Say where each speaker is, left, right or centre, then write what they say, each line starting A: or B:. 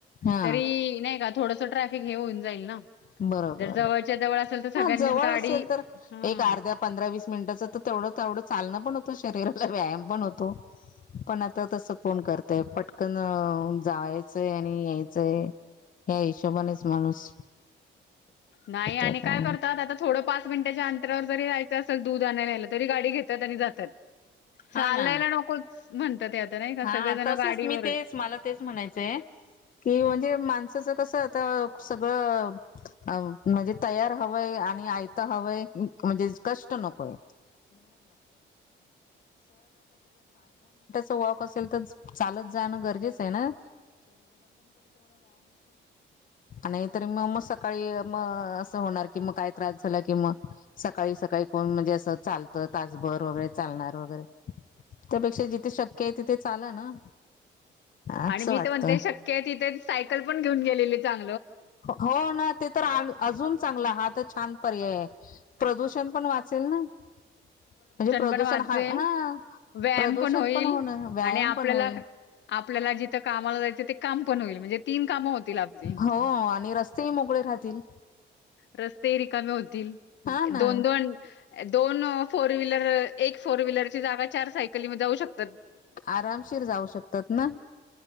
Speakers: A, on the left; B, on the left.
A: हा
B: तरी नाही का थोडसा ट्रॅफिक हे होऊन जाईल ना
A: बरोबर
B: जर जवळच्या जवळ असेल तर सगळ्यांनीच
A: हा जवळ
B: गाडी
A: असेल तर
B: हा
A: एक अर्ध्या पंधरा वीस मिनिटाच तर तेवढं तेवढं चालणं पण होतो. शरीराला व्यायाम पण होतो. पण आता तसं कोण करतय पटकन जावायचंय आणि यायचंय. या हिशोबानेच माणूस
B: नाही आणि
A: आता
B: काय करतात आता थोडं पाच मिनिटाच्या अंतरावर जरी यायचं असलं दूध आणायला. तरी गाडी घेतात आणि जातात चालायला
A: हा ना
B: नको म्हणतात. नाही का
A: हा
B: सगळेजण
A: तसच
B: गाडीवरच.
A: मी तेच मला तेच म्हणायचंय की म्हणजे माणसाचं कसं सगळं म्हणजे तयार हवंय आणि आयत हवंय म्हणजे, कष्ट नकोय. वॉक असेल तर चालत जाणं गरजेचं आहे ना. नाहीतरी मग मग सकाळी मग असं होणार की मग काय त्रास झाला कि मग सकाळी सकाळी काहिपण म्हणजे अस चालतं तासभर वगैरे चालणार वगैरे त्यापेक्षा जिथे शक की तिथे चाला ना. असं
B: आणि मी
A: वाटतं
B: तर म्हणते शक्य आहे तिथे सायकल पण घेऊन गेलेले चांग
A: हो ना ते तर अजून चांगला हा तर छान पर्याय आहे. प्रदूषण पण वाच चेल ना. म्हणजे प्रदूषण
B: पण वाचेल,
A: हा हा
B: व्यायाम
A: प्रदूषण
B: होईल
A: पण होणार व्यायाम
B: आणि आपल्याला
A: पण होईल.
B: आपल्याला जिथं कामाला जायचं ते काम पण होईल. म्हणजे तीन कामं होतील आपली.
A: हो आणि रस्तेही मोकळे राहतील
B: रस्ते रिकामे होतील
A: हा ना
B: दोन दोन दोन फोर व्हीलर एक फोर व्हीलरची जागा चार सायकलीमध्ये जाऊ शकते.
A: आरामशीर जाऊ शकतात ना